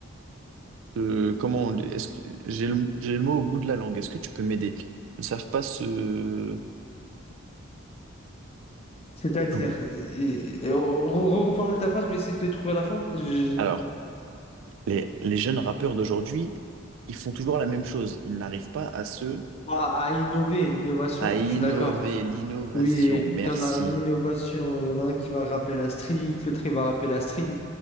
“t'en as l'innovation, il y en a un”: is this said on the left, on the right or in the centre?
Left